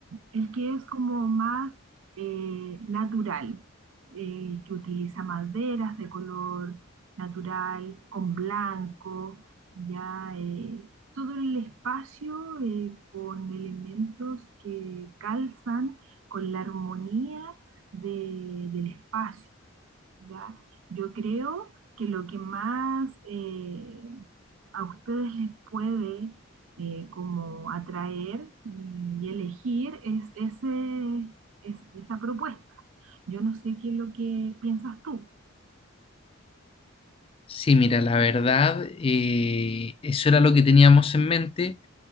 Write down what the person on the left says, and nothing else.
Sí, mira, la verdad, eh, eso era lo que teníamos en mente